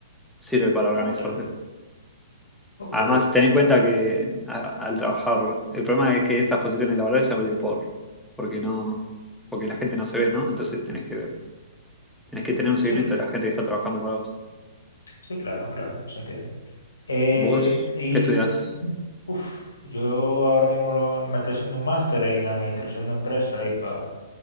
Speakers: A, in the centre; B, on the left.
A: sirve para organizarte.
B: Ok, ok.
A: Además, ten en cuenta que a- al trabajar, el problema es que esas posiciones laborales se abren por, porque no, porque la gente no se ve, ¿no? Entonces tenés que ver, tenés que tener un seguimiento
B: Sí, cl-
A: de la gente que está trabajando para vos.
B: sí, claro, claro, se entiende. Eh,
A: ¿Vos
B: y
A: qué estudiás?
B: uf, yo ahora mismo lo- me estoy haciendo un máster en administración de empresas ahí para